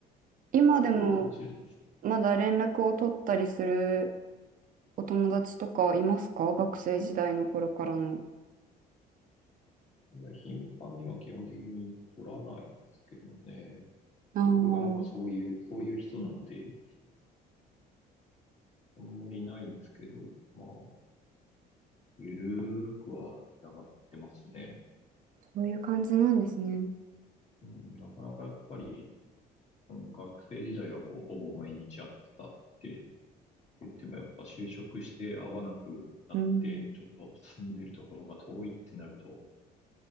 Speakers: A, on the right (about 55°); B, on the left (about 40°).
A: 今でも
B: 多いかもしれないですね。
A: まだ連絡を取ったりするお友達とかいますか学生時代の頃からの。
B: 頻繁には基本的に取らないですけどね。
A: ああ、
B: 僕がなんかそういう、そういう人なんで、あんまりないですけど、まあ、ゆるーくは繋がってますね。
A: そういう感じなんですね。
B: うん、なかなかやっぱり、学生時代はこうほぼ毎日会ってたって言っても、やっぱ就職して会わなくなって、
A: うん
B: ちょっと住んでるところが遠いってなると、